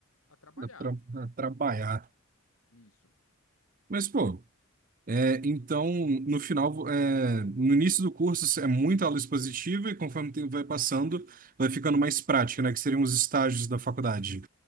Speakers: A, on the left; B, on the right.
A: a trabalhar,
B: Dá pra,
A: né?
B: pra trabalhar.
A: Nisso.
B: Mas, pô, é, então, no final, é, no início do curso é muita aula expositiva e conforme o tempo vai passando, vai ficando mais prática, né? Que seriam os estágios da faculdade.